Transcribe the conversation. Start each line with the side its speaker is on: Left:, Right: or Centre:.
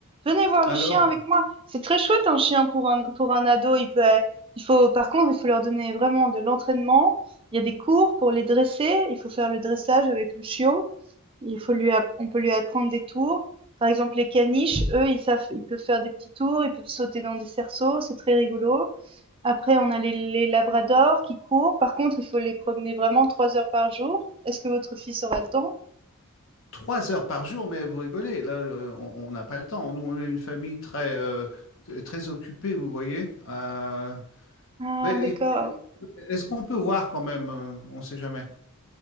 Right: Venez voir
Left: Alors.
Right: les chiens avec moi. C'est très chouette un chien pour un pour un ado. Il peut, il faut par contre, il faut leur donner vraiment de l'entraînement. Il y a des cours pour les dresser. Il faut faire le dressage avec le chiot. Il faut lui, app- on peut lui apprendre des tours. Par exemple, les caniches, eux, ils savent, ils peuvent faire des petits tours. Ils peuvent sauter dans des cerceaux. C'est très rigolo. Après, on a les, les labradors qui courent. Par contre, il faut les promener vraiment trois heures par jour. Est-ce que votre fils aura le temps?
Left: Trois heures par jour, mais vous rigolez, là, euh, on on n'a pas le temps. Nous, on est une famille très, euh, très occupée, vous voyez. Euh,
Right: Ah
Left: mais
Right: d'accord.
Left: écoutez, est-ce qu'on peut voir quand même? euh, On ne sait jamais.